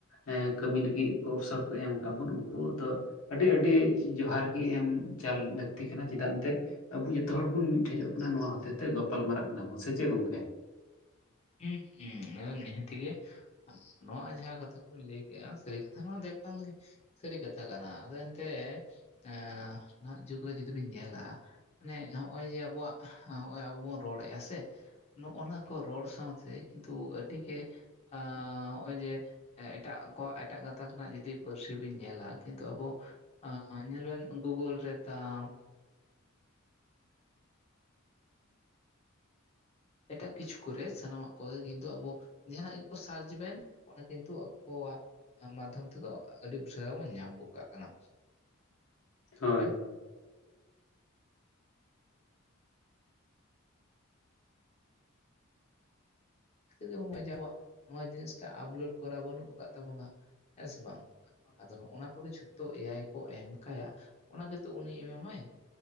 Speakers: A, on the left (about 80°); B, on the left (about 30°).
A: ᱮ ᱠᱟᱹᱢᱤ ᱞᱟᱹᱜᱤᱫ ᱚᱯᱥᱚᱨ ᱠᱚ ᱮᱢ ᱠᱟᱫ ᱵᱚᱱ ᱩᱱᱠᱩ ᱫᱚ ᱟᱹᱰᱤ ᱟᱹᱰᱤ ᱡᱚᱦᱟᱨ ᱜᱮ ᱮᱢ ᱪᱟᱞ ᱞᱟᱹᱠᱛᱤ ᱠᱟᱱᱟ ᱪᱮᱫᱟᱜ ᱮᱱᱛᱮᱫ ᱟᱵᱚ ᱡᱚᱛᱚ ᱦᱚᱲ ᱵᱚᱱ ᱢᱤᱫᱴᱷᱮᱡᱚᱜ ᱠᱟᱱᱟ ᱱᱚᱣᱟ ᱦᱚᱛᱮ ᱛᱮ ᱜᱟᱯᱟᱞ ᱢᱟᱨᱟᱜ ᱠᱟᱱᱟ ᱵᱚᱱ ᱥᱮ ᱪᱮᱫ ᱜᱚᱢᱠᱮ?
B: ᱦᱩᱸ ᱦᱩᱸ ᱟᱫᱚ ᱱᱮᱦᱟᱛᱤ ᱜᱮ ᱱᱚᱣᱟ ᱡᱟᱦᱟᱸ ᱠᱟᱛᱷᱟ ᱠᱚᱧ ᱞᱟᱹᱭ ᱠᱮᱫ-ᱟ ᱥᱟᱹᱨᱤ ᱠᱟᱛᱷᱟ ᱱᱚᱣᱟ ᱫᱚ ᱮᱠᱟᱞ ᱜᱮ ᱥᱟᱹᱨᱤ ᱠᱟᱛᱷᱟ ᱠᱟᱱᱟ ᱟᱫᱚ ᱮᱱᱛᱮᱜ ᱮ ᱱᱟᱦᱟᱜ ᱡᱩᱜᱽ ᱨᱮ ᱡᱩᱫᱤ ᱵᱤᱱ ᱧᱮᱞᱟ᱾ ᱢᱟᱱᱮ ᱱᱚᱜ-ᱚᱭ ᱡᱮ ᱟᱵᱚᱣᱟᱜ ᱦᱚᱸᱜ-ᱚᱭ ᱟᱵᱚ ᱵᱚᱱ ᱨᱚᱲᱮᱫ-ᱟ ᱥᱮ ᱱᱚᱜ-ᱚ ᱱᱟ ᱠᱚ ᱨᱚᱲ ᱥᱟᱶᱛᱮ ᱠᱤᱱᱛᱩ ᱟᱹᱰᱤ ᱜᱮ ᱟ ᱱᱚᱜ-ᱚᱭ ᱡᱮ ᱮᱴᱟᱜ ᱠᱚᱣᱟᱜ ᱮᱴᱟᱜ ᱜᱟᱛᱟᱠᱱᱟᱜ ᱡᱚᱫᱤ ᱯᱟᱹᱨᱥᱤ ᱵᱤᱱ ᱧᱮᱞᱟ ᱠᱤᱱᱛᱩ ᱟᱵᱚ ᱧᱮᱞ ᱵᱮᱱ ᱜᱩᱜᱩᱞ ᱨᱮ ᱛᱟᱢ ᱮᱴᱟᱜ ᱠᱤᱪᱷᱩ ᱠᱚᱨᱮ ᱥᱟᱱᱟᱢᱟᱜ ᱠᱚᱜᱮ ᱠᱤᱱᱛᱩ ᱟᱵᱚ ᱡᱟᱦᱟᱱᱟᱜ ᱜᱮᱠᱚ ᱥᱟᱨᱪ ᱵᱮᱮᱱ ᱚᱱᱟ ᱠᱤᱱᱛᱩ ᱟᱠᱚᱣᱟᱜ ᱢᱟᱫᱽᱫᱷᱚᱢ ᱛᱮᱫᱚ ᱟᱹᱰᱤ ᱩᱥᱟᱹᱨᱟ ᱵᱚᱱ ᱧᱟᱢ ᱜᱚᱜ ᱠᱟᱜ ᱠᱟᱱᱟ᱾
A: ᱦᱳᱭ
B: ᱢᱮᱱᱠᱷᱟᱱ <unintelligible> ᱟᱵᱚ ᱱᱚᱣᱟ ᱡᱤᱱᱤᱥᱴᱟ ᱟᱯᱞᱳᱰ ᱠᱚᱨᱟᱣ ᱵᱟᱹᱱᱩᱜ ᱠᱟᱫ ᱛᱟᱵᱚᱱᱟ ᱦᱮᱸ ᱥᱮ ᱵᱟᱝ? ᱟᱫᱚ ᱱᱚᱜ ᱚᱱᱟ ᱠᱚᱫᱚ ᱡᱷᱚᱛᱚ ᱮᱭᱟᱭ ᱠᱚ ᱮᱢ ᱠᱟᱭᱟ ᱚᱱᱟ ᱜᱮᱛᱚ ᱩᱱᱤ ᱮᱢᱟᱢᱟᱭᱟ᱾